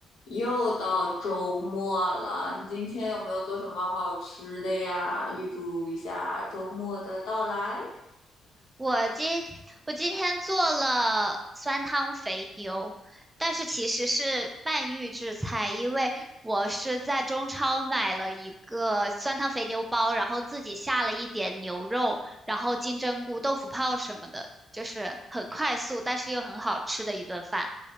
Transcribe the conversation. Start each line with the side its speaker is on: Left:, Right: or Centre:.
Left: 又到周末了，你今天有没有做什么好吃的呀？预祝一下周末的到来。
Right: 我今我今天做了酸汤肥牛，但是其实是半预制菜，因为我是在中超买了一个酸汤肥牛包，然后自己下了一点牛肉，然后金针菇、豆腐泡什么的，就是很快速，但是又很好吃的一顿饭。